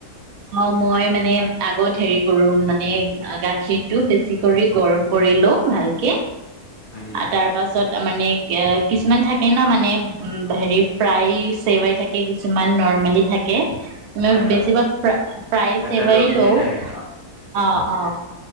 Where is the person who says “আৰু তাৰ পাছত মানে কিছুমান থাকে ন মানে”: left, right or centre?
Right